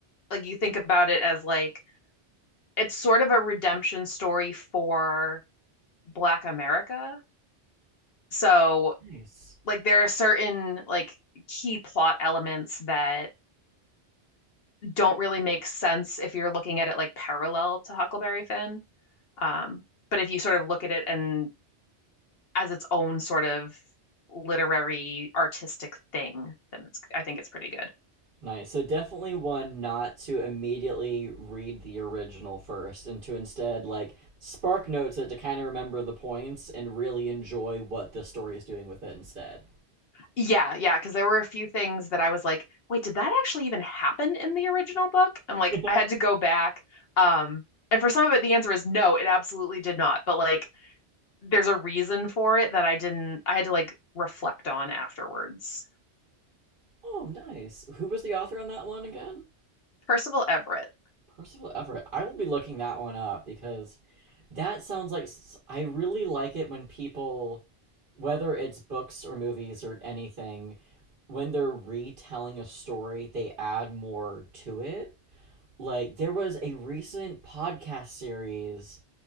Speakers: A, on the left (about 60°); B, on the right (about 55°).
A: like you think about it as like it's sort of a redemption story for Black America. So
B: Nice.
A: like there are certain like key plot elements that don't really make sense if you're looking at it like parallel to Huckleberry Finn. Um, but if you sort of look at it and as its own sort of literary artistic thing, then it's I think it's pretty good.
B: Nice. So definitely one not to immediately read the original first and to instead like spark notes it to kind of remember the points and really enjoy what the story is doing with it instead.
A: Yeah, yeah, because there were a few things that I was like, wait, did that actually even happen in the original book? And like
B: <laughs>
A: I had to go back. Um, and for some of it, the answer is no, it absolutely did not. But like there's a reason for it that I didn't I had to like reflect on afterwards.
B: oh, nice. Who was the author on that one again?
A: Percival Everett.
B: Percival Everett. I will be looking that one up because that sounds like s- I really like it when people whether it's books or movies or anything when they're retelling a story, they add more to it like there was a recent podcast series